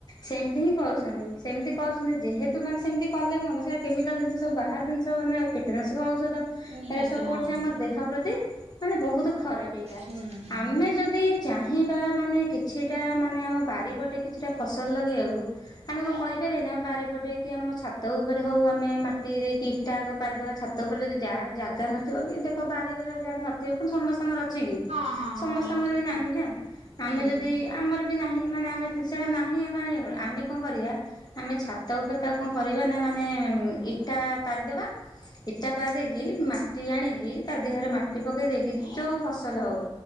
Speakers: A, on the left; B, on the right.
A: ସେମିତି ହିଁ କରୁଛନ୍ତି ସେମିତି କରୁଛନ୍ତି ଯେହେତୁ ମାନେ ସେମିତି କଲେ କଣ ସେଟା କେମିକାଲ ଜିନିଷ ସବୁ ବା ବିଷ ମାନେ କୀଟନାଶକ ଔଷଧ
B: ନିହାତି
A: ଏରେ ସବ
B: ହଁ
A: ପଡୁଛି ଆମ ଦେହ ପ୍ରତି ମାନେ ବହୁତ ଖରାପ ଏଇଟା
B: ହୁଁ ହୁଁ
A: ଆମେ ଯଦି ଚାହିଁବା ମାନେ କିଛିଟା ମାନେ ଆମ ବାରିପଟେ କିଛିଟା ଫସଲ ଲଗେଇବାକୁ ଆମେ କଣ କରିପାରିବାନି ଆମ ବାରିପଟେ କି ଆମ ଛାତ ଉପରେ ହଉ। ଆମେ ମାଟିରେ କି ଇଟା ପାରିଦେବା ଛାତ ଉପରେ ପାରିଦେବା ଯଦି ଯାହାର ଜାଗା ନଥିବ କି ଦେଖ ବାରି ଘର ନଥିବ। କଣ ସମସ୍ତଙ୍କର ଅଛି କି
B: ହଁ ହଁ
A: ସମସ୍ତଙ୍କର
B: ହଁ ଠିକ
A: ବି
B: କଥା
A: ନାହିଁ ନା ଆମେ
B: ହୁଁ
A: ଯଦି ଆମର ବି ନାହିଁ। ମାନେ ଆମେ ସେଇଟା ନାହିଁ ଆମେ ଆଣିବା କ ଆମେ କଣ କରିବା ଆମେ ଛାତ ଉପରେ ତାକୁ କଣ କରିବା ନା ମାନେ ଇଟା ପାରିଦବା। ଇଟା ପାରି ଦେଇକି ମାଟି ଆଣିକି ତା ଦେହରେ ମାଟି ପକେଇ ଦେଇକି ଯୋଉ ଫସଲ ହଉ